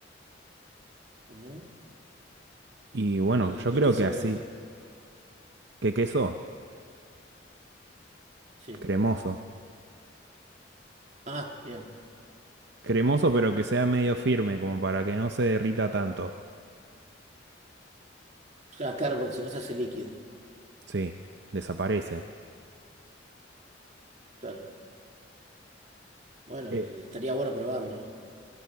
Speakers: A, on the right (about 40°); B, on the right (about 65°).
A: Ujú.
B: Y bueno,
A: ¿Y
B: yo
A: qué
B: creo
A: queso
B: que así,
A: le pones?
B: que queso?
A: Sí.
B: Cremoso.
A: Ah, bien.
B: Cremoso pero que sea medio firme, como para que no se derrita tanto.
A: Ah, claro, porque si no se hace líquido.
B: Sí, desaparece.
A: Claro. Bueno,
B: Eh,
A: eh, estaría bueno probarlo, ¿eh?